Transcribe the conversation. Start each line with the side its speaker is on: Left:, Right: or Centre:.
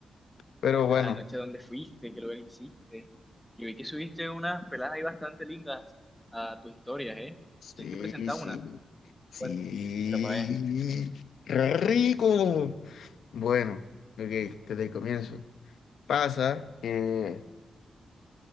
Left: Pero
Centre: a-
Left: bueno,
Centre: anoche dónde fuiste, qué lugar hiciste. Yo vi que subiste unas peladas ahí bastante lindas a tus historias, ¿eh?
Left: sí,
Centre: Tienes que presentar
Left: sí,
Centre: una.
Left: sí,
Centre: Bueno, pa' ver.
Left: rico. Bueno, ok, desde el comienzo. Pasa que,